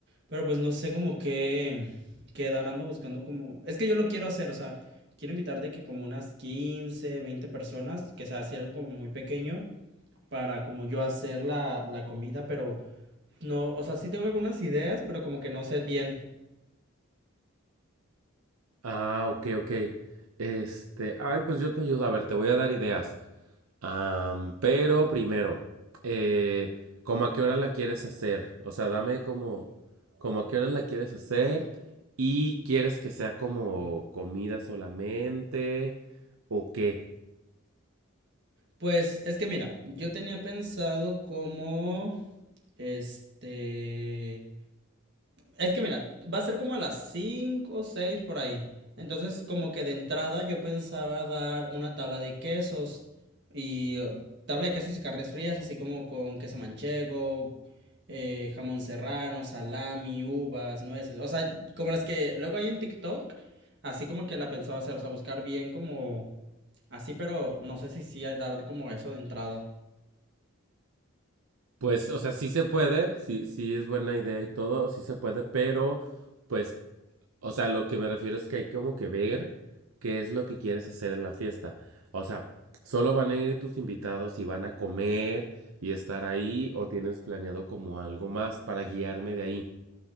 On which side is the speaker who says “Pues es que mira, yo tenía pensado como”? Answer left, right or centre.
Right